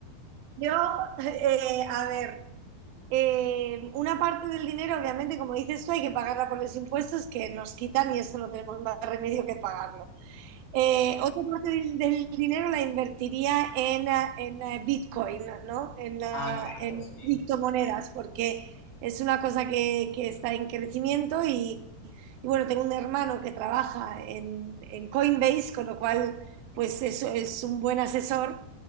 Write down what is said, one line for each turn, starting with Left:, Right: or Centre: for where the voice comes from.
Right: yo, eh, a ver, eh, una parte del dinero, obviamente, como dices tú, hay que pagarla por los impuestos que nos quitan y eso no tenemos más remedio que pagarlo. Eh, otra parte del, del dinero la invertiría en, eh, en, eh, Bitcoin, ¿no? En, eh,
Left: Ah, claro,
Right: en
Left: sí.
Right: criptomonedas, porque es una cosa que, que está en crecimiento y, y, bueno, tengo un hermano que trabaja en, en Coinbase, con lo cual pues eso es un buen asesor